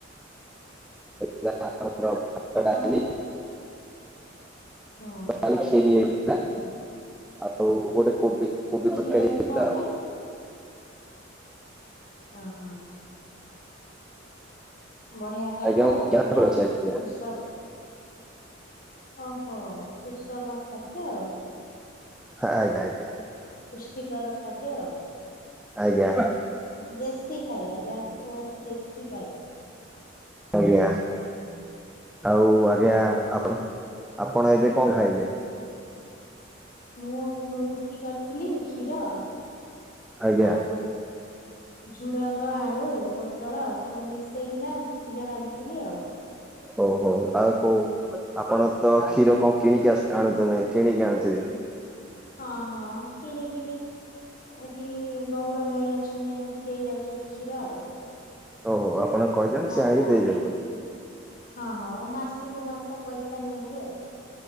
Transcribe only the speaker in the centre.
<unintelligible> ଆଉ ଖିରି
ହୋଇଥିଲା
ଆଉ ଗୋଟେ କୋବି କୋବି
ତରକାରୀ
ହେଇଥିଲା
ଆଉ।
ଆଜ୍ଞା ମୁଁ
କ୍ୟାମ୍ପରେ
ଅଛି ଆଜ୍ଞା
ଆ ଆଜ୍ଞା।
ଆଜ୍ଞା।
ଆଜ୍ଞା ଆଉ ଆଜ୍ଞା
ଆପଣ ଆପଣ ଏବେ କଣ ଖାଇଲେ
ଆଜ୍ଞା?
ହଉ ହଉ ଆଉ କୋଉ ଆପଣ ତ କ୍ଷୀର କଣ କିଣିକି ଆଣୁଚନ୍ତି କିଣିକି ଆଣୁଥିବେ।
ଓ ହୋ ଆପଣ କହିଛନ୍ତି
ସେ ଆଣିକି ଦେଇଯାଉଛନ୍ତି